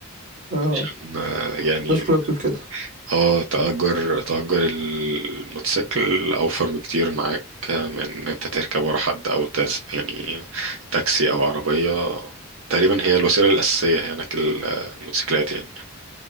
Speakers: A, on the right; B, on the right.
A: اه
B: عشان آه، يعني
A: الناس كلها بتقول كده
B: اه تأجر تأجر الموتوسيكل أوفر بكتير معاك من إن أنت تركب ورا حد أو تس يعني تاكسي أو عربية تقريبا هي الوسيلة الأساسية هناك ال- الموتوسيكلات يعني